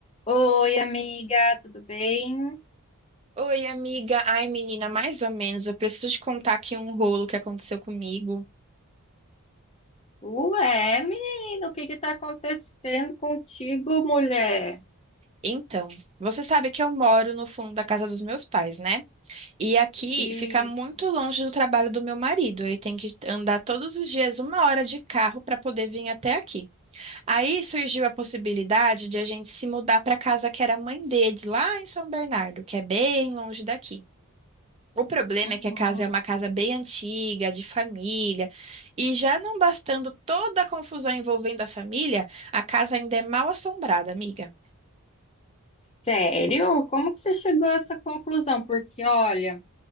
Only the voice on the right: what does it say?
Oi, amiga. Ai, menina, mais ou menos. Eu preciso te contar aqui um rolo que aconteceu comigo.
Então, você sabe que eu moro no fundo da casa dos meus pais, né? E aqui
fica muito longe do trabalho do meu marido. Ele tem que andar todos os dias uma hora de carro para poder vir até aqui. Aí surgiu a possibilidade de a gente se mudar para a casa que era a mãe dele, lá em São Bernardo, que é bem longe daqui. O problema
é que a casa é uma casa bem antiga, de família, e já não bastando toda a confusão envolvendo a família, a casa ainda é mal assombrada, amiga.